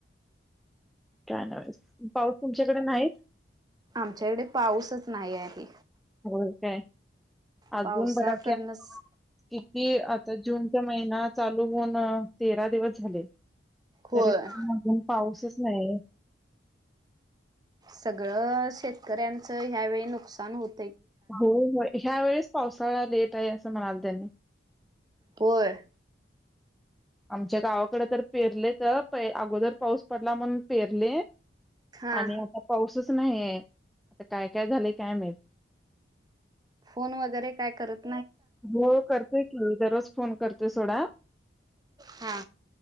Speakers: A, in the centre; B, on the right.
A: काय नव्हेच, ‌पाऊस तुमच्याकडे नाहीच?
B: आमच्याकडे पाऊसच नाही आहे
A: होय, काय? अजून
B: पावसाकडनंच
A: बघा की किती आता जूनच्या महिन्यात चालू होऊन तेरा दिवस झाले.
B: होय
A: तरी पण अजून पाऊसच नाही.
B: सगळं शेतकऱ्यांचं ह्यावेळी नुकसान होत
A: होय, होय. ह्या वेळेस पावसाळा लेट आहे असं म्हणालेत आणि
B: होय.
A: आमच्या गावाकडे तर पेरलेत प अगोदर पाऊस पडला म्हणून पेरले
B: हा
A: आणि आता पाऊसच नाहीये. आता काय काय झालंय काय माहीत.
B: फोन वगैरे काय करतं
A: हो करतोय की दररोज फोन करतोयं सोडा.
B: हा.